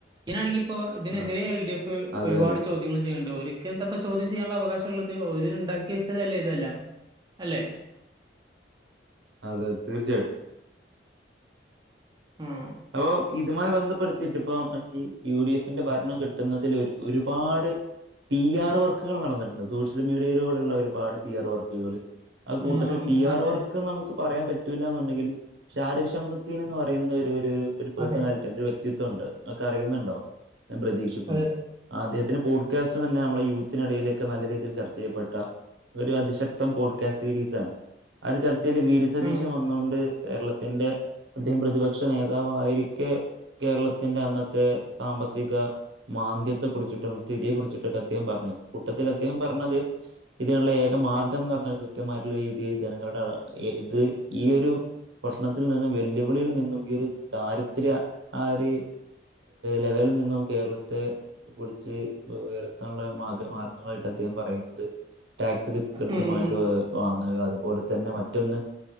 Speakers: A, on the right; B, on the right.
A: ഇനാണെങ്കി ഇപ്പോ ഇതിനെതിരെ
B: അതെ
A: എൽ ഡി എഫ്
B: അതെ
A: ഒരുപാട്
B: അതെ
A: ചോദ്യങ്ങൾ ചെയ്യണ് ണ്ട് ഓരേ ഒരിക്ക എന്തപ്പ ചോദ്യം ചെയ്യാൻള്ള അവകാശം ഉള്ളത് ഓര് ണ്ടാക്കി വെച്ചതല്ലേ ഇതെല്ലാം അല്ലേ
B: അതെ തീർച്ചയായിട്ടും
A: ആഹ
B: അവൊ ഇതുമായി ബന്ധപ്പെടുത്തിട്ട് ഇപ്പം ഈ യു ഡി എഫിന്റെ ഭരണം കിട്ടുന്നതിൽ ഒരു ഒരുപാട് പി ആർ വർക്കുകൾ നടന്നിട്ട്ണ്ട് സോഷ്യൽ മീഡിയയിലൂടെ ഉള്ള ഒരുപാട് പി ആർ വർക്കുകള് ആ കൂട്ടത്തിൽ
A: അമ്മ
B: പി ആർ
A: അതെ
B: വർക്ക്
A: അതെ
B: നമുക്ക് പറയാൻ പറ്റൂല്ല ന്നുണ്ടെങ്കിലും ശാരിക്ഷംസത്തീൻ ന്ന് പറയുന്നത് <unintelligible> ഒരു പേഴസണാലിറ്റി
A: അതെ
B: അത് വ്യക്തിത്വം ഉണ്ട് അഎക്കെ അറിയുന്നുണ്ടാവും ഞാൻ പ്രതീക്ഷിക്കുന്നു
A: അതെ അതെ
B: ആദ്യത്തിനും ഊഡ്കാസനന്നെ അമ്മളെ യൂത്തിടയിലൊക്കെ നല്ല രീതിയിൽ ചർച്ച ചെയ്യപ്പെട്ട ഒരു അതിശക്തം പോഡ്കാസ്റ്റ് സീരീസ് ആണ് അതില് ചർ ഇല്‌ വീ ഡി സതീശൻ
A: ഉം
B: വന്നോണ്ട് കേരളത്തിന്റെ അതി <unintelligible> പ്രതിപക് ക്ഷ നേതാവായിരിക്കെ കേരളത്തിന്റെ അന്നത്തെ സാമ്പത്തിക മാന്ദ്യത്തെ കുറിച്ചിട്ടും സ്ഥിതിയെ കുറിച്ചിട്ട് ഒക്കെ അദ്ദേഹം പറഞ്ഞിരുന്നു കൂട്ടത്തിൽ അദ്ദേഹം പറഞ്ഞത് ഇതിന്ള്ള ഏക മാർഗ്ഗം എന്ന് പറഞ്ഞാൽ കൃത്യമായിട്ടുള്ള രീതിയിൽ ജനങ്ങളുടെ അ ഇത് ഈ ഒരു പ്രശ്നത്തിൽ നിന്നും വെല്ലുവിളിയിൽ നിന്നും ഈ ഒരു ദാരിദ്ര്യ ആര് ലെവലിൽ നിന്നും കേരളത്തെ പിട്ച്ച് ഉയർത്താൻള്ള മാർഗ മാർഗ്ഗമായിട്ട് അദ്ദേഹം പറയുന്നത് ടാക്സ്ൽ കൃത്യമായിട്ട്
A: ഉം ഉം.
B: വാങ്ങ്ക അതുപോലെ തന്നെ മറ്റൊന്ന്